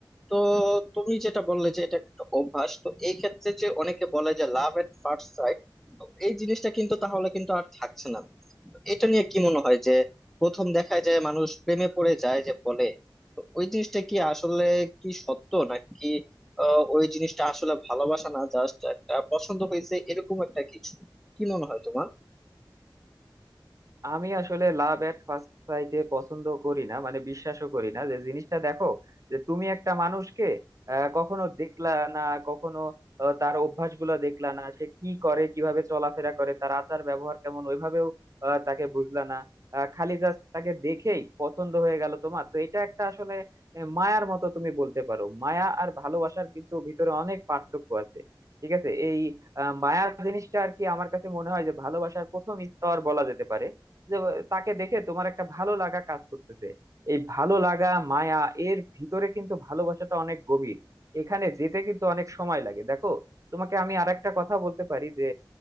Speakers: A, in the centre; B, on the right (about 40°).
A: তো তুমি যেটা বললে যে এটা একটা অভ্যাস তো এই ক্ষেত্রে যে অনেকে বলে যে লাভ এট ফার্স্ট সাইট তো এই জিনিসটা কিন্তু তাহলে কিন্তু আর থাকছে না এটা নিয়ে কি মনে হয় যে প্রথম দেখায় যায় মানুষ প্রেমে পড়ে যায় যে বলে তো ওই জিনিসটা কি আসলে কি সত্য নাকি আহ, ওই জিনিসটা আসলে ভালোবাসা না জাস্ট একটা পছন্দ হয়েছে এরকম একটা কিছু কি মনে হয় তোমার
B: আমি আসলে লাভ এট ফার্স্ট সাইটে পছন্দ করি না মানে বিশ্বাসও করি না যে জিনিসটা দেখো যে তুমি একটা মানুষকে আহ, কখনো দেখলা না কখনো আহ, তার অভ্যাসগুলো দেখলা না সে কি করে কিভাবে চলাফেরা করে তার আচার ব্যবহার কেমন ওইভাবেও আহ, তাকে বুঝলা না আহ, খালি জাস্ট তাকে দেখেই পছন্দ হয়ে গেল তোমার তো এটা একটা আসলে আহ, মায়ার মতো তুমি বলতে পারো মায়া আর ভালোবাসার কিন্তু ভিতরে অনেক পার্থক্য আছে ঠিক আছে এই আহ, মায়া জিনিসটা আর কি আমার কাছে মনে হয় যে ভালোবাসার প্রথম স্তর বলা যেতে পারে যে তাকে দেখে তোমার একটা ভালো লাগা কাজ করতেছে এই ভালো লাগা মায়া এর ভিতরে কিন্তু ভালোবাসাটা অনেক গভীর এখানে যেতে কিন্তু অনেক সময় লাগে দেখো তোমাকে আমি আরেকটা কথা বলতে পারি যে